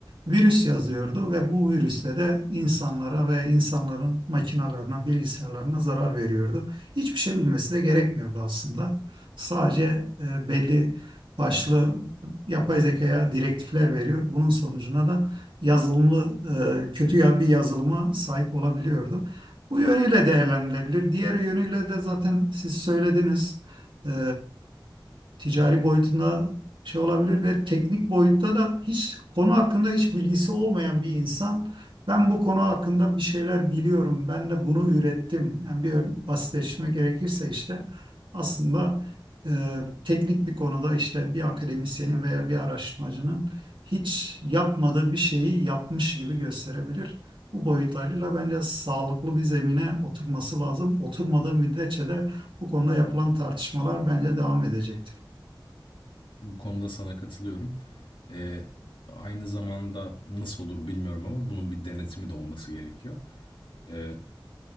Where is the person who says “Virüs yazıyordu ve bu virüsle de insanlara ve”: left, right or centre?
Right